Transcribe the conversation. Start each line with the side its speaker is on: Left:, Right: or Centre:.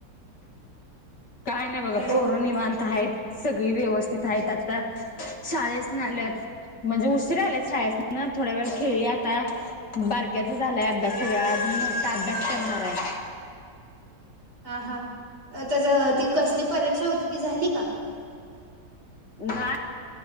Left: काय नाही बघा,
Right: हॅलो
Left: पोर निववाांत आहेत. सगळी व्यवस्थित आहेत. आता शाळेसन आल्यात. म्हणजे उशीर आल्यात शाळेसन, थोड्या वेळ खेळी आता बार बारक्याचा झालाय अभ्यास
Right: हा
Left: सगळा, अजून मोठा अभ्यास करणार आहे.
Right: हा हा त्याच ती कसली परीक्षा होती. ती झाली का?
Left: नाही.